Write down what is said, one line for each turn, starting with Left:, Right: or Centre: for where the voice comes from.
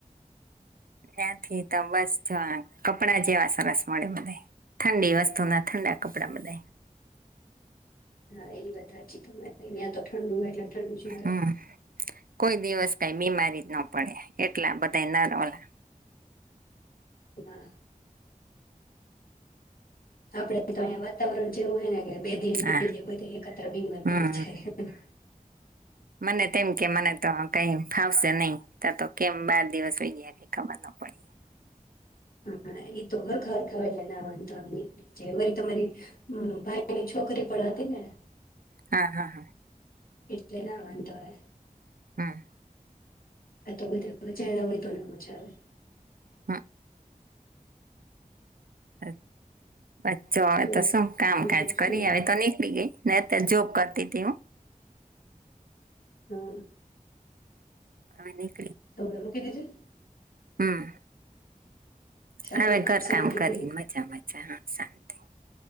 Right: ત્યાંથી તો બસ જો કપડા જ એવા સરસ મળે બધાય, ઠંડી વસ્તુ ના ઠંડા કપડા બધાય.
Left: હા ઈ વાત હાચી તમારી, યા તો ઠંડુ હોય એટલે ઠંડું જી મળે.
Right: હમ કોઈ દિવસ કાઈ બીમારી જ નો પડે. એટલા બધા ના રોલા
Left: હા આપડે તો અહીંયા વાતાવરણ જે એવું હે ને કે બે દી ન
Right: હા
Left: બે દી બધા એકાતરા બીમાર
Right: હમ
Left: પડી જાય.
Right: મને તેમ કે મને તો કાઈ ફાવશે નહી. તા તો કેમ બાર દિવસ હોય ગયા, ખબર નો પડી.
Left: હા એ તો ગરખા ગરખા નાવા <unintelligible> ને. જય વરી તમારી હમ્મ ભાઈની છોકરી પણ હતી ને.
Right: હા, હા, હા.
Left: એટલે ના વાંધો આવે.
Right: હા.
Left: આ તો બધાએ વીચારયા હોય તો ના મજા આવે.
Right: હા અ. બચ્ચો હવે
Left: કેવું
Right: તો શું કામકાજ
Left: બીજું શું
Right: કરી હવે તો નીકળી ગઈ ને અત્યારે જોબ કર તે તેવું.
Left: હમ્મ.
Right: અવે ની.
Left: તો <unintelligible> તી
Right: હમ્મ.
Left: સારું
Right: હવે
Left: ને
Right: ઘર
Left: શાંતિથી
Right: કામ કરી મજા મજા. શાંતિ.